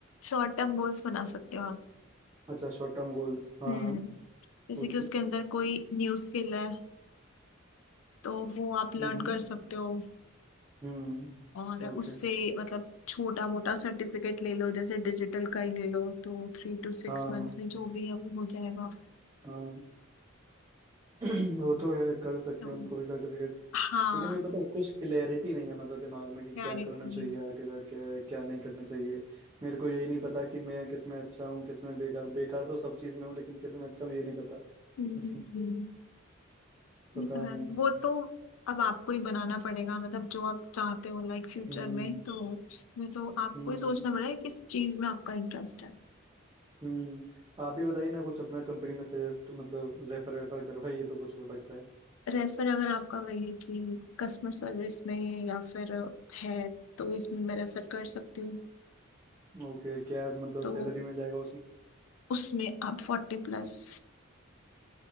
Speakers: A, on the left; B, on the right.
A: शॉर्ट टर्म गोल्स बना सकते हो
B: अच्छा शॉर्ट टर्म गोल्स हाँ
A: हम्म जैसे
B: हाँ
A: कि उसके अंदर कोई न्यू स्किल है तो वो आप लर्न
B: हम्म
A: कर सकते हो
B: हम्म
A: और
B: ओके
A: उससे मतलब छोटा मोटा सर्टिफिकेट ले लो जैसे डिजिटल का ही ले लो तो थ्री टू सिक्स
B: हाँ
A: मंथ्स में जो भी है वो हो जाएगा
B: हाँ <clears throat> वो तो है कर सकते
A: तो
B: हैं उनको भी सर्टिफिकेट्स
A: हाँ
B: लेकिन अभी पता है कुछ क्लैरिटी नहीं है मतलब दिमाग में कि क्या
A: क्लैरिटी
B: करना चाहिए आगे जाके क्या नहीं करना चाहिए मेरे को यही नहीं पता कि मैं किस में अच्छा हूँ किस में बेकार बेकार तो सब चीज में हूँ लेकिन किस में अच्छा हूँ ये नहीं पता
A: हम्म हम्म,
B: <laughs>
A: हम्म।
B: पता
A: ये तो है
B: नहीं
A: वो तो अब आपको ही बनाना पड़ेगा मतलब जो आप चाहते हो लाइक फ्यूचर
B: हम्म
A: में तो उसमें तो आपको
B: हम्म
A: ही सोचना पड़ेगा किस चीज में आपका इंटरेस्ट है
B: हम्म आप भी बताइए ना कुछ अपना कंपनी में सजेस्ट मतलब रेफर वेफर करवाइए तो कुछ हो सकता है
A: रेफर अगर आपका वही कि कस्टमर सर्विस में या फिर है तो इसमें मैं रेफर कर सकती हूँ
B: ओके क्या मतलब
A: तो
B: सैलरी मिल जाएगा
A: उसमें आप फोर्टी प्लस